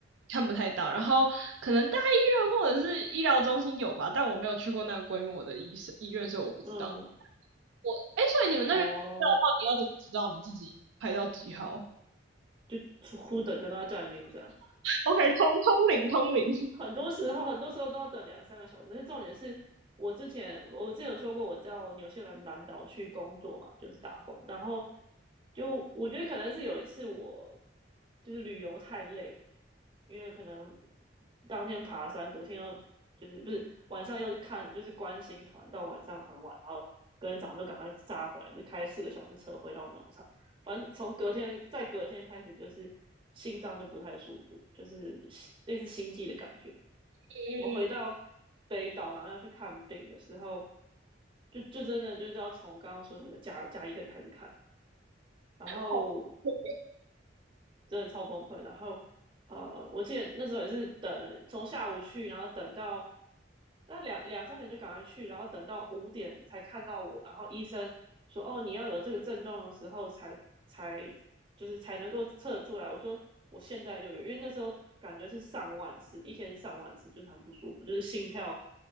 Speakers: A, on the right; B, on the right.
A: 看不太到，然后可能大医院或者是医疗中心有吧，但我没有去过那个规模的医生医院，所以我不知道。
B: 嗯。
A: 我，哎，所以你们那边的话，
B: 哦，
A: 你要怎么知道你自己排到几号
B: 就出哭等等到他叫你名字啊。
A: ？OK，通通灵通灵，
B: 很多时候，很多时候都要等两个三个小时。重点是我之前我之前有说过，我到纽西兰南岛去工作嘛，就是打工。然后就我觉得可能是有一次我就是旅游太累，因为可能当天爬山，隔天又就是不是晚上又是看就是观星团，到晚上很晚，然后隔天早上就赶快扎回来，就开四个小时车回到农场。反正从隔天再隔天开始，就是心脏就不太舒服，就是类似心悸的感觉。
A: <laughs> 嗯，
B: 我回到北岛，然后要去看病的时候，就就真的就是要从刚刚说那个甲甲医科开始看，然后
A: 好，<laughs>
B: 真的超崩溃。然后，呃，我记得那时候也是等了，从下午去，然后等到那两两三点就赶快去，然后等到五点才看到我。然后医生说：“哦，你要有这个症状的时候才才就是才能够测出来。”我说：“我现在就有，因为那时候感觉是上万次，一天上万次，就是很不舒服，就是心跳